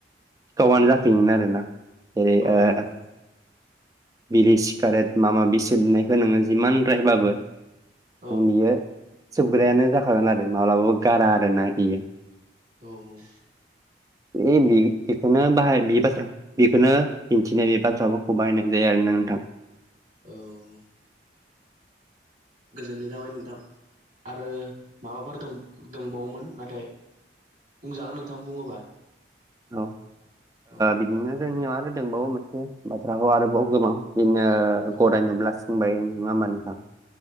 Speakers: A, on the right; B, on the right.
A: सिखावानो जाफिनगोन आरोना जेरै
B: औ
A: ओ
B: नोंथां औ
A: बिरि सिगारेट माबा माबि सोबनायखौ नोङो जिमान रायबाबो
B: औ
A: ओं बियो सोबग्रायानो जाखागोन आरो माब्लाबाबो गारा आरोना बियो
B: औ औ
A: ए बेखौनो बाहाय बे बाथ्रा बेखौनो दिन्थिनाय बे बाथ्राफोरखौ बाहायनाय जायो आरोना नोंथां
B: औ गोजोननाय थाबाय नोंथां आरो माबाफोर दं दंबावोमोन नाथाय बुंजागोन नोंथां बुङोबा
A: औ ओ
B: औ
A: बिदिनो जोंनियाव आरो दंबावो मोनसे बाथ्राखौ आरोबाव गोबां बिदिनो
B: औ
A: गराय नुब्ला सि होमबाय नङा होनबा नोंथां